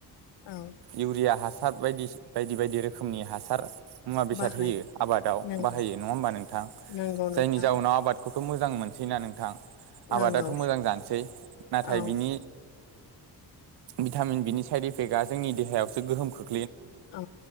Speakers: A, on the left; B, on the right.
A: औ
B: इउरिया हासार हासार बायदि बायदि बायदि रोखोमनि हासार मुवा बेसाद
A: बाहायो
B: होयो आबादाव
A: नंगौ
B: बाहायो नङा होमबा नोंथां
A: नंगौ नोंथां
B: जायनि जाउनाव आबाद खौथ' मोजां मोनसैनाा नोंथां आबादाथ'
A: नंगौ
B: मोजां जानोसै नाथाय
A: औ
B: बिनि भिटामिन बिनि साइड इफेक्टआ जोंनि देहायावसो गोहोम खोख्ल
A: औ